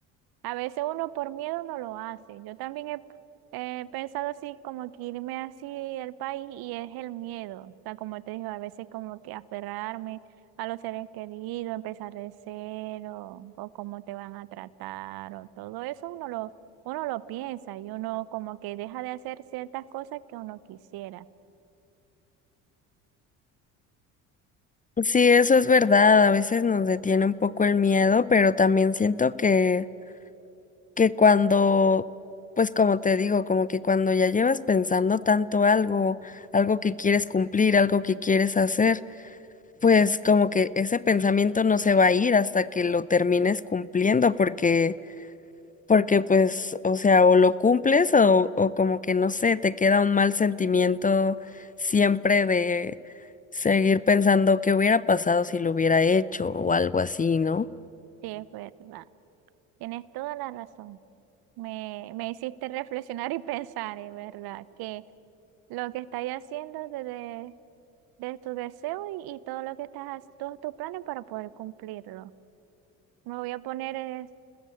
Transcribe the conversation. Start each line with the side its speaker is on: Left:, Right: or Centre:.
Right: A veces uno por miedo no lo hace. Yo también he eh, pensado así, como que irme así al país y es el miedo. O sea, como te digo, a veces como que aferrarme a los seres queridos, empezar de cero, o cómo te van a tratar, o todo eso uno lo, uno lo piensa y uno como que deja de hacer ciertas cosas que uno quisiera.
Left: Sí, eso es verdad, a veces nos detiene un poco el miedo, pero también siento que, que cuando, pues como te digo, como que cuando ya llevas pensando tanto algo, algo que quieres cumplir, algo que quieres hacer, pues como que ese pensamiento no se va a ir hasta que lo termines cumpliendo, porque Porque pues, o sea, o lo cumples o, o como que no sé, te queda un mal sentimiento siempre de seguir pensando qué hubiera pasado si lo hubiera hecho o algo así, ¿no?
Right: Sí, es verdad. Tienes toda la razón. Me, me hiciste reflexionar y pensar, es verdad, que lo que estás haciendo desde de tu deseo y, y todo lo que estás, ha- todos tus planes para poder cumplirlo. Me voy a poner es